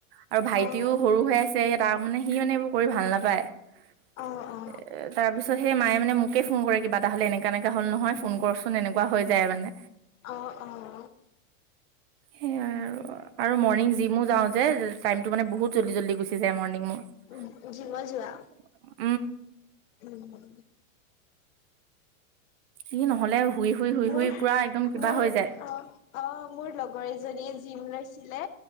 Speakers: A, on the right; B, on the left.
A: আৰু ভাইটিও
B: অ'।
A: সৰু হৈ আছে তাৰ মানে সি মানে এইবোৰ কৰি ভাল নাপায় এ
B: অ', অ',
A: তাৰপিছত সেই মায়ে মানে মোকে ফোন কৰে কিবা এটা হলে এনেকা এনেকা হল নহয় ফোন কৰচোন এনেকুৱা হৈ যায় মানে
B: অহ অ
A: সেইয়াই আৰু আৰু মৰ্ণিং জিমো যাওঁ যে টাইমটো মানে বহুত জল্দি জলদি গুচি যায় মৰিংত
B: উম, জিমত যোৱা? উম
A: সি নহ'লে শুই শুই শুই
B: মোৰ
A: শুই পুৰা একদম কিবা
B: মোৰ
A: হৈ যায়
B: অ অ মোৰ লগৰ এজনীয়ে জিম লৈছিলে